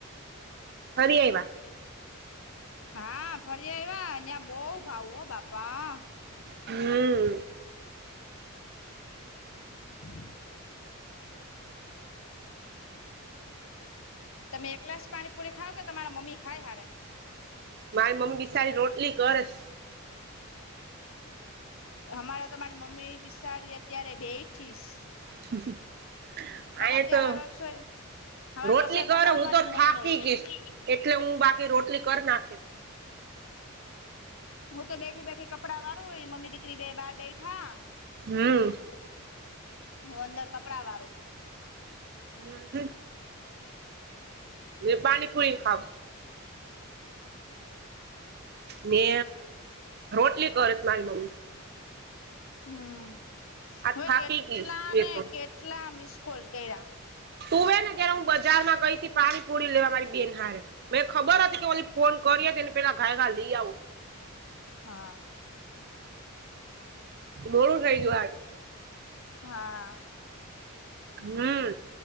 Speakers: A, on the right; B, on the left.
A: ફરિયાયવા.
B: હા, ફરી આવ્યા ત્યાં બોવ ભાવ હો બાપા.
A: હમ્મ.
B: <unintelligible> <unintelligible> તમે એકલાસ પાણીપુરી ખાવ કે તમારા મમ્મી ખાય હારે.
A: મારી મમ્મી બિશારી રોટલી ગળેશ.
B: અમારે તમારી મમ્મી બિચારી અત્યારે બેઠીશ.
A: <unintelligible> <unintelligible> આયા
B: અત્યારે
A: તો
B: રસોઈ અમારે
A: રોટલી
B: રસોઈ
A: કર
B: બનાવવાની
A: હું તો
B: મોડી
A: થાકી
B: મોડી હોય
A: ગઈશ. એટલે હું બાકી રોટલી કર નાખી.
B: હું તો બેઠી બેઠી કપડાં વારું મમ્મી દીકરી બે બાર બેઠા.
A: હા.
B: હું અંદર કપડાં વાળું.
A: હમ્મ. તે પાણીપૂરી ખાવુશ. ને રોટલી કરત મારી મમ્મી.
B: હમ્મ
A: આ
B: હવે
A: થાકી
B: કેટલા
A: ગઈશ મેં
B: ને
A: તો
B: કેટલા મિસકોલ કયરા.
A: તું હોઈ ને કેયારે હું બજાર માં ગઈ પાણી પુરી લેવા મારી બેન હારે. મે ખબર હતી કે ઓલી ફોન કરી એને પેલા ગાય ગા લઈ આવું.
B: હા.
A: મોળું થઈ ગયું આજ.
B: હા.
A: હમ્મ